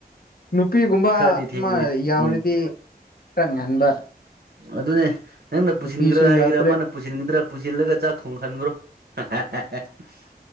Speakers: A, on the left; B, on the right.
A: ꯅꯨꯄꯤꯒꯨꯝꯕ
B: ꯈꯔꯗꯤ ꯊꯦꯡꯕꯅꯦ
A: ꯑꯃ ꯌꯥꯎꯔꯤꯗꯤ
B: ꯎꯝ
A: ꯈꯔ ꯉꯟꯕ
B: ꯑꯗꯨꯅꯦ ꯅꯪꯅ ꯄꯨꯁꯤꯟꯈ꯭ꯔꯥ
A: ꯅꯨꯄꯤꯁꯨ
B: ꯍꯥꯏꯈ꯭ꯔꯥ
A: ꯌꯥꯎꯗ꯭ꯔꯦ
B: ꯃꯥꯅ ꯄꯨꯁꯤꯟꯒꯗ꯭ꯔꯥ ꯄꯨꯁꯤꯜꯂꯒ ꯆꯥꯛ ꯊꯣꯡꯍꯟꯈ꯭ꯔꯣ <unintelligible>